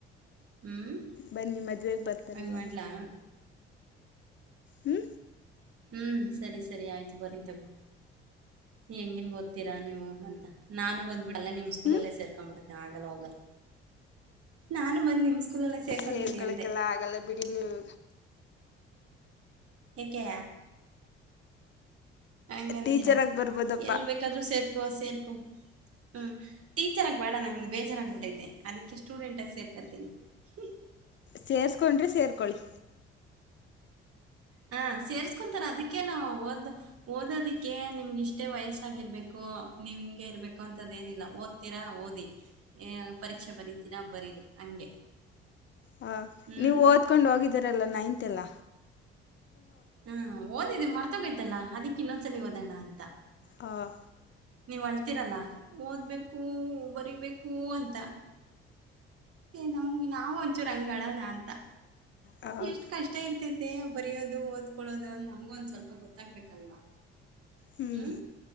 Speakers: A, on the right; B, on the left.
A: ಹ್ಮ್
B: ಬನ್ನಿ ಮದುವೆಗೆ ಬರ್ತಾರಲ್ಲ
A: ಹಂಗ ಮಾಡಲ್ಲಾ
B: ಹು
A: ಹ್ಮ್ ಸರಿ ಸರಿ ಆಯ್ತು ಬರೀನ ತಗೋ ಹೆಂಗ ಹೆಂಗ್ ಓದ್ತೀರಾ ನೀವು ಅಂತ ನಾನು ಬಂದ್ಬಿಟ್ಟ ಅಲ್ಲೇ ನಿಮ್ ಸ್ಕೂಲಲ್ಲೇ
B: ಹ್ಞೂ
A: ಸೇರ್ಕೊಂಡ್ಬಿಡತ್ತ ಆಗಲ್ಲ ಹೋಗಲ್ಲ ನಾನು ಬಂದ್ ನಿಮ್ ಸ್ಕೂಲಲ್ಲಿ ಸೇರ್ಕೊತೀನಿ
B: ಸೇರ್ಕೊಳಕ್ಕೆಲ್ಲ
A: ಅಂದೆ
B: ಆಗಲ್ಲ ಬಿಡಿ ನೀವು
A: ಯಾಕೆ ಹಂಗಂತೀರಾ
B: ಟೀಚರಾಗಿ ಬರ್ಬೋದಪ್ಪ
A: ಎಲ್ಲಿ ಬೇಕಾದ್ರೂ ಸೇರ್ಕೊ ಸೇರ್ಕೋ ಹ್ಞೂ ಟೀಚರಾಗಿ ಬೇಡ ನಂಗೆ ಬೇಜಾರಾಗಿ್ಬಿಟ್ಟೈತೆ ಅದಕ್ಕೆ ಸ್ಟೂಡೆಂಟಾಗಿ ಸೇರ್ಕೊತೀನಿ ಹ
B: ಸೇರ್ಸ್ಕೊಂಡ್ರೆ ಸೇರ್ಕೊಳ್ಳಿ
A: ಹ ಸೇರ್ಸ್ಕೊಂತಾರ ಅದಕ್ಕೆೇ ನಾವು ಓದ ಓದೋದಿಕ್ಕೆ ನಿಮ್ಗೆ ಇಷ್ಟೇ ವಯಸ್ಸಾಗಿರ್ಬೇಕು ನೀವ್ ಹಿಂಗೆ ಇರ್ಬೇಕು ಅಂತದ ಏನಿಲ್ಲ ಓದ್ತೀರಾ ಓದಿ ಪರೀಕ್ಷೆ ಬರತೀರಾ ಬರೀರಿ ಹಂಗೆ
B: ಹ
A: ಹ್ಮ್
B: ನೀವು ಓದ್ಕೊಂಡ್ ಹೋಗಿದ್ದರಲ್ಲ ನೈನ್ತ್ ಎಲ್ಲ
A: ಹ್ಮ ಓದಿದ್ದ್ ಮರ್ತೋಗೋಯ್ತಲ್ಲಾ ಅದಿಕ್ ಇನ್ನೊಂದ್ಸಲ ಓದೋಣ ಅಂತ
B: ಹಾಂ
A: ನೀವ್ ಅತ್ತಿರಲ್ಲಾ ಓದ್ಬೇಕು ಬರಿಬೇಕು ಅಂತಾ ನಮ್ಗೆ ನಾವು ಒಂಚೂರು ಅಂಗ ಅಳನಾ ಅಂತ
B: ಹಾಂ
A: ಎಷ್ಟ್ ಕಷ್ಟ ಇರ್ತ ಬರಿಯೋದು ಓದ್ಕೊಳ್ಳೋದು ಅ ನಮ್ಗೂ ಒಂದ್ ಸ್ವಲ್ಪ ಗೊತ್ತಾಗ್ಬೇಕಲ್ವಾ
B: ಹ್ಞೂ
A: ಹ್ಮ್